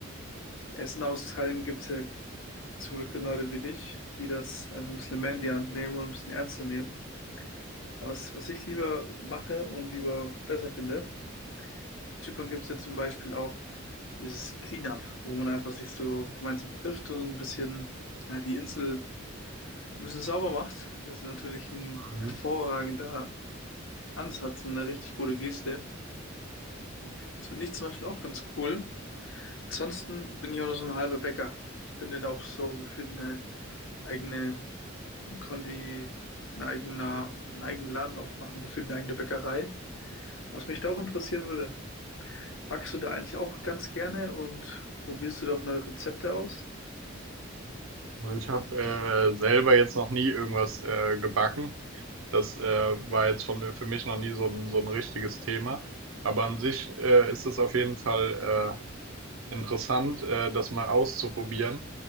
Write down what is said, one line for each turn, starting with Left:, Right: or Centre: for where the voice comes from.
Left: Essen austeilen gibt's ja zum Glück dann Leute wie dich, die das einfach ein bisschen mehr in die Hand nehmen und ein bisschen ernster nehmen. Aber Was, was ich lieber mache und lieber besser finde, Auf Zypern gibt es ja zum Beispiel auch dieses Cleanup, wo man einfach sich so gemeinsam trifft und ein bisschen ja, die Insel ein bisschen sauber macht. Das ist natürlich ein
Right: Mhm.
Left: hervorragender Ansatz und eine richtig gute Geste. Das finde ich zum Beispiel auch ganz cool. Ansonsten bin ich auch noch so ein halber Bäcker. Ich könnte da auch so gefühlt eine eigene Kondi, ein eigener, einen eigenen Laden aufmachen, gefühlt eine eigene Bäckerei. Was mich da auch interessieren würde, Backst du da eigentlich auch ganz gerne und probierst du dort neue Rezepte aus?
Right: Weil Ich habe äh, selber jetzt noch nie irgendwas äh, gebacken. Das äh, war jetzt schon für mich noch nie so ein, so ein richtiges Thema. Aber an sich äh, ist es auf jeden Fall äh, interessant, äh, das mal auszuprobieren.